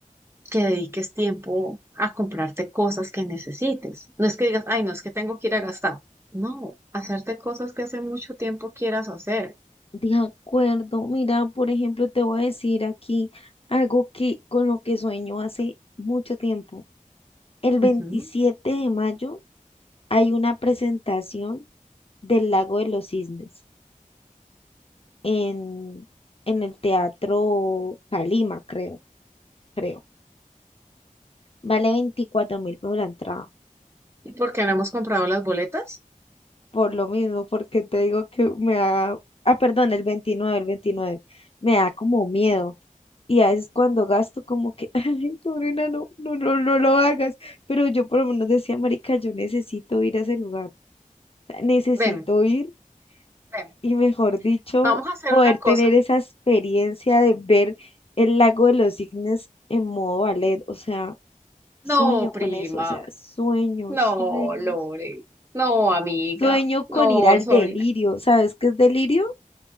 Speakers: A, on the right (about 20°); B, on the left (about 45°).
A: que dediques tiempo a comprarte cosas que necesites. No es que digas, ay, no, es que tengo que ir a gastar. No, hacerte cosas que hace mucho tiempo quieras hacer.
B: De acuerdo, mira, por ejemplo, te voy a decir aquí algo que con lo que sueño hace mucho tiempo. El veintisiete
A: Ujú.
B: de mayo hay una presentación del Lago de los Cisnes en, en el Teatro Calima, creo, creo. Vale veinticuatro mil pesos la entrada.
A: ¿Y por qué no hemos comprado las boletas?
B: por lo mismo, porque te digo que me da, ah, perdón, el veintinueve el 29 me da como miedo. Y a veces cuando gasto como que, <laughs> ay, Lorena, no, no, no, no lo hagas. Pero yo por lo menos decía, marica, yo necesito ir a ese lugar. O sea, necesito
A: Ven,
B: ir
A: ven,
B: y mejor dicho,
A: vamos a hacer
B: poder
A: una cosa.
B: tener esa experiencia de ver el lago de los cisnes en modo ballet. O sea, sueño
A: No, prima.
B: con eso, o sea, sueño,
A: No,
B: sueños.
A: Lore. No, amiga.
B: Sueño
A: No,
B: con ir al
A: sobrina.
B: delirio. ¿Sabes qué es delirio?